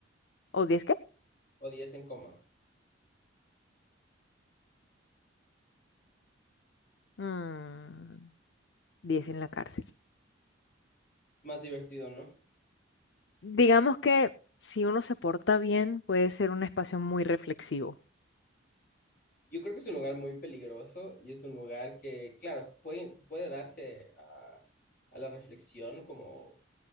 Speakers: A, on the left; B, on the left.
A: ¿O diez qué?
B: O diez en coma.
A: Mm, 10 en la cárcel.
B: Más divertido, ¿no?
A: Digamos que si uno se porta bien, puede ser un espacio muy reflexivo.
B: Yo creo que es un lugar muy peligroso y es un lugar que, claro, puede, puede darse a, a la reflexión como